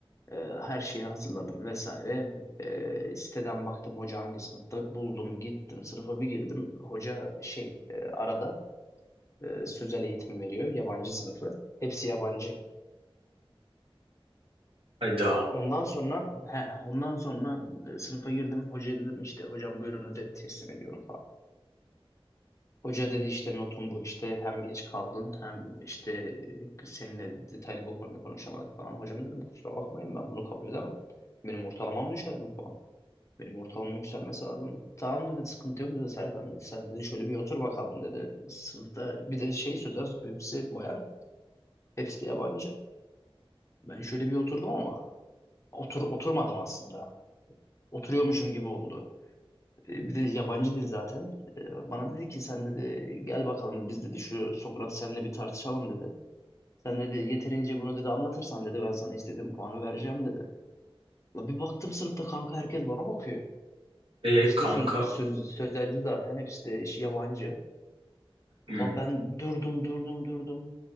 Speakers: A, on the left; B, on the right.
A: E, her şeye hazırladım vesaire. E, siteden baktım hoca hangi sınıfta buldum, gittim sınıfa bir girdim. Hoca şey e, arada e, sözel eğitim veriyor, yabancı sınıfı. Hepsi yabancı.
B: Hayda.
A: Ondan sonra he, ondan sonra e, sınıfa girdim. Hocaya dedim işte hocam buyurun ödevi teslim ediyorum falan. Hoca dedi işte notun bu işte hem geç kaldın hem işte e, seninle detaylı bu konuyu konuşamadık falan. Hocam dedim kusura bakmayın ben bunu kabul edemem. Benim ortalamam düşer bu puan. Benim ortalamam yükselmesi lazım. Tamam dedi sıkıntı yok dedi Serkan dedi. Sen dedi şöyle bir otur bakalım dedi. Sınıfta bir de şey sözel hepsi bayan hepsi de yabancı. Ben şöyle bir oturdum ama otur, oturmadım aslında. Oturuyormuşum gibi oldu. E, Bir de yabancı dil zaten. E, Bana dedi ki sen dedi gel bakalım biz dedi şu Sokrat seninle bir tartışalım dedi. Sen dedi yeterince bunu dedi anlatırsan dedi ben sana istediğim puanı vereceğim dedi. La bir baktım sınıfta kanka herkes bana bakıyor.
B: E
A: Hepsi
B: kanka
A: de söz, söz, sözelci zaten hepsi de işi yabancı.
B: hmm,
A: Ula ben durdum durdum durdum.